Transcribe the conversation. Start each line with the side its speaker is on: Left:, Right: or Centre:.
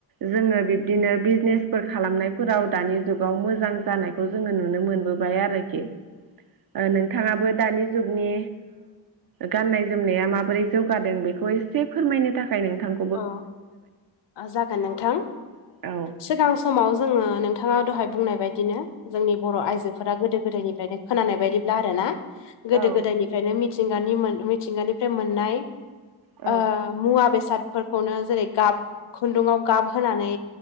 Right: जोङो बिब्दिनो बिजनेसफोर खालामनायफोराव दानि जुगाव मोजां जानाय खौ जोङो नुनो मोनबोबाय आरोखि नोंथाङाबो दानि जुगनि गाननाय जोमनाया माबोरै जौगादों बेखौ एसे फोरमायनो थाखाय नोंथांखौ
Left: औ जागोन नोंथां
Right: औ
Left: सिगां समाव जोङो नोंथाङा दहाय बुंनाय बायदिनो जोंनि बर' आइजोफोरा गोदो गोदायनिफ्रायनो खोनानाय बायदिब्ला आरो ना गोदो
Right: औ
Left: गोदायनिफ्रायनो मिथिंगानि मिथिंगानिफ्राय मोननाय
Right: औ।
Left: ओ मुवा बेसादफोरखौनो जेरै गाब खुन्दुाव गाब होनानै